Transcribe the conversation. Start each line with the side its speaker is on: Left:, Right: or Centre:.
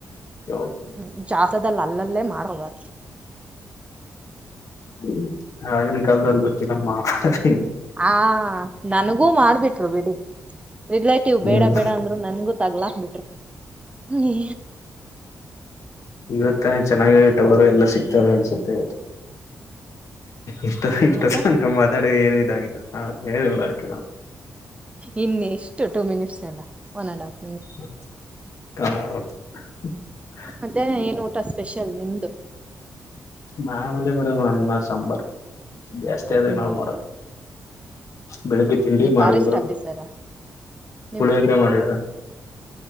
Left: ಹೌದು
Right: ಹ್ಮ್ ಜಾಸ್ ದಲ್ ಅಲ್ಲಲ್ಲೇ ಮಾರವಾರ್
Left: ಹ್ಮ ಆಗಿನ್ ಕಾಲದವರ್ <unintelligible>
Right: ಹ ನನ್ಗೂ ಮಾಡ್ಬಿಟ್ರು ಬೀಡಿ ರಿಲೇಟಿವ್
Left: ಹ್ಮ್
Right: ಬೇಡ ಬೇಡ ಅಂದ್ರು ನನ್ಗೂ ತಗ್ಲಾಕ್ ಬಿಟ್ರು ನೇ
Left: ಇವತ್ತ ಚೆನ್ನಾಗಿ ಟವರೆ ಎಲ್ಲ ತರೆ ಅನ್ಸುತ್ತೆ ಇಷ್ಟೊ ಇಷ್ಟನ್ತಂಕ
Right: ಮತ್ತೆ
Left: ಮಾತಾಡ್ ಏನು ಇದಾಗಿಲ್ಲ ಹ ಹೇಳಿಲ್ವ ಡಾಕ್ಟ್ರೆಲ್ಲ
Right: ಇನ್ ಎಷ್ಟು ಟೂ ಮಿನಿಟ್ಸ್ ಎಲ್ಲ ಒನ್ ಅಂಡ್ ಆಫ್
Left: ಕ <unintelligible>
Right: ಮದ್ಯಾನ ಏನ್ ಊಟ ಸ್ಪೆಷಲ್ ನಿಮ್ದು
Left: ಮಾಮೂಲಿ ಮೇಡಂ ಅನ್ನ ಸಾಂಬಾರ್ ಜಾಸ್ತಿ ಅದೇ
Right: ಹ್ಮ್
Left: ನಾವ್ ಮಾಡೋದು ಬೆಳಿಗ್ಗೆ ತಿಂಡಿ
Right: ನೀವ್
Left: ಮಾಡಿದ್ರು
Right: ಫಾರೆಸ್ಟ್ ಆಫೀಸರಾ ನೀವ್
Left: ಪುಳಿಯೊಗ್ರೆ ಮಾಡಿದ್ರು